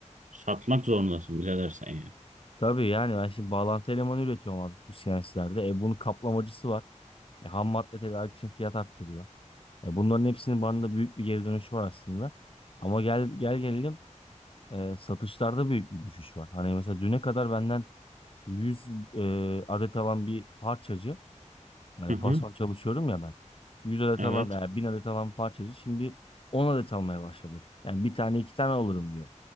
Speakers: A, on the right (about 80°); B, on the left (about 45°).
A: Satmak zorundasın birader sen ya.
B: Tabii yani ben şimdi bağlantı elemanı üretiyorum abi bu CNC'lerde. E bunun kaplamacısı var. E ham madde tedarik için fiyat arttırıyor. E bunların hepsinin bana da büyük bir geri dönüşü var aslında. Ama gel gel gelelim e, satışlarda büyük bir düşüş var. Hani mesela düne kadar benden 100 e, adet alan bir parçacı, yani
A: Hı
B: fason
A: hı.
B: çalışıyorum ya ben. 100 adet
A: Evet.
B: alan veya 1000 adet alan parçacı şimdi 10 adet almaya başladı. Yani bir tane iki tane alırım diyor.